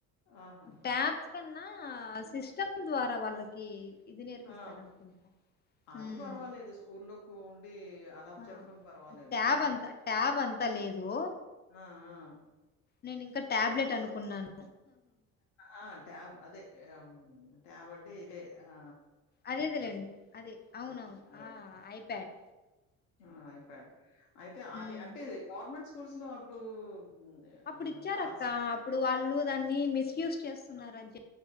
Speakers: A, on the left (about 80°); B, on the left (about 25°).
A: ఆహా!
B: ట్యాబ్స్ కన్నా సిస్టమ్ ద్వారా వాళ్ళకి ఇది నేర్పిస్తారనుకుంటా
A: ఆ ఆది
B: హ్మ్
A: పర్వాలేదు స్కూల్లోకు ఉండి అలా
B: ఆ
A: చెప్పడం పర్వాలేదు
B: ట్యాబ్
A: కానీ
B: అంతా ట్యాబ్ అంతా లేదు
A: ఆ ఆ
B: నేనింకా టాబ్లెట్ అనుకున్నాను.
A: ఆ ట్యాబ్ అదే ట్యాబ్ అంటే ఇదే ఆ
B: అదే అదే లేండి అదే అవునవును
A: అంటారు కదా!
B: ఆ ఐప్యాడ్
A: ఆ ఐప్యాడ్ అయితే
B: హ్మ్
A: అది అంటే గవర్నమెంట్ స్కూల్స్లో అప్పుడు హ్మ్,
B: అప్పుడిచ్చారక్క
A: ఆహ్, లాస్ట్
B: అప్పుడు వాళ్ళు దాన్ని మిస్యూస్ చేస్తున్నారన్ చెప్